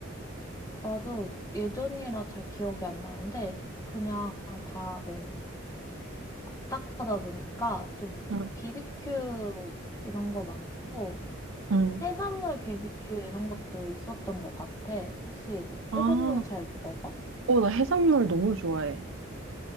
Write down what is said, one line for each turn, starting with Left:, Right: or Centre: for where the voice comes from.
Left: 나도 예전이라 잘 기억이 안 나는데, 그냥 다 뭐, 딱하다 보니까 좀
Right: 응,
Left: BBQ 이런 거 많고,
Right: 응.
Left: 해산물 BBQ 이런 것도 있었던 것 같아. 혹시 뭐
Right: 아,
Left: 해산물 잘 먹어?
Right: 어, 나 해산물 너무 좋아해.